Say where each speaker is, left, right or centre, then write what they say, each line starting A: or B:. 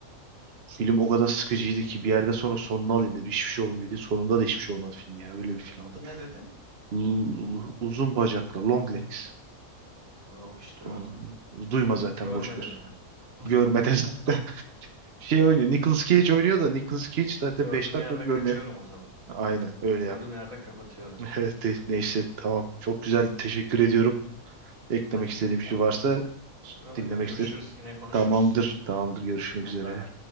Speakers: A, on the right; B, on the right.
A: Film o kadar sıkıcıydı ki bir yerde sonra sonunu alayım dedim. Hiçbir şey olmuyor diye. Sonunda da hiçbir şey olmadı film ya. Öyle bir filmdi.
B: Adı ne dedi?
A: L- uzun bacaklar Long Legs.
B: O hiç duymadım.
A: Hmm, Duyma zaten
B: Görmedim
A: boş ver.
B: ya. <laughs>
A: Görmeden zaten. <laughs> Şey oynuyor. Nicolas Cage oynuyor da Nicolas Cage zaten
B: Gördüğüm
A: 5 dakika
B: yerde
A: görünüyor.
B: kaçıyorum o zaman.
A: Aynen öyle
B: Gördüğüm yerde kapatıyorum.
A: Evet, de- neyse tamam. Çok güzel. Teşekkür ediyorum. Eklemek
B: Hadi.
A: istediğim şey
B: Tamam.
A: varsa
B: Yok
A: dinlemek
B: yok görüşürüz
A: isterim.
B: yine konuşuruz.
A: Tamamdır. Tamamdır. Görüşmek
B: Hadi
A: üzere.
B: bay bay.